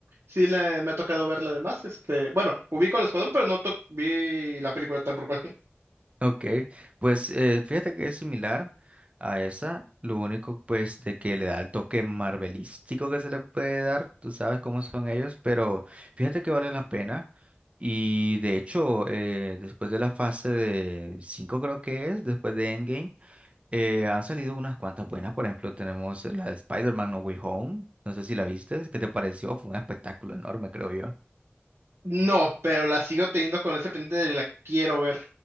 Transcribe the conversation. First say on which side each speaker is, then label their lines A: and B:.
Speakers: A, on the right; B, on the right.
A: sí le- me ha tocado verla además, este, bueno, ubico al Escuadrón, pero no to- vi la película tal por cual. <laughs>
B: Ok, pues eh, fíjate que es similar a esa, lo único pues de que le da el toque marvelístico que se le puede dar, tú sabes cómo son ellos, pero fíjate que vale la pena y de hecho eh, después de la fase de 5 creo que es, después de Endgame, eh, han salido unas cuantas buenas, por ejemplo tenemos la de Spider-Man No Way Home, no sé si la viste, ¿qué te pareció? Fue un espectáculo enorme creo yo.
A: No, pero la sigo teniendo con ese pendiente de la quiero ver.